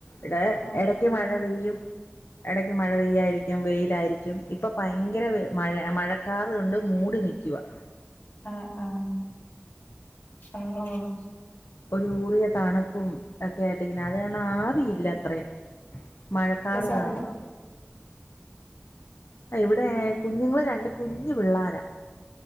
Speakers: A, on the left; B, on the left.
A: ഇടെ
B: ഓ
A: എടക്ക്
B: ഓ
A: മഴ പെയ്യും എടയ്ക്ക് മഴ പെയ്യായിരിക്കും വെയിലായിരിക്കും. ഇപ്പ ഭയങ്കര മഴ മഴക്കാർ ഉണ്ട് മൂടി നിക്കുവാ.
B: ആഹ് ആഹ് ആഹ് ഓഹ്
A: ഒരു ഊറിയ തണുപ്പും ഒക്കെ ആയിട്ട് ഇങ്ങനെ അത് കാരണം ആവിയില്ലത്രേ. മഴക്കാറ്
B: ഉള്ള സാധനം
A: കാരണം. ആഹ് ഇവിടെ കുഞ്ഞുങ്ങള് രണ്ട് കുഞ്ഞ് പിള്ളാര.